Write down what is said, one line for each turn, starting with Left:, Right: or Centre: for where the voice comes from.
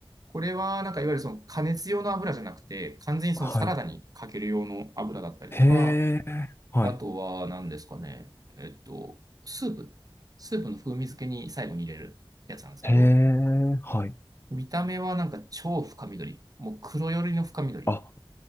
Right: これは、なんかいわゆるその加熱用の油じゃなくて、完全にそのサラダにかける用の油だったりとか、
Left: はい。へえ、はい。
Right: あとは何ですかね、えっと、スープ。スープの風味付けに最後に入れるやつなんですけど、
Left: へえ、はい。
Right: 見た目はなんか超深緑。もう黒寄りの深緑。
Left: あ、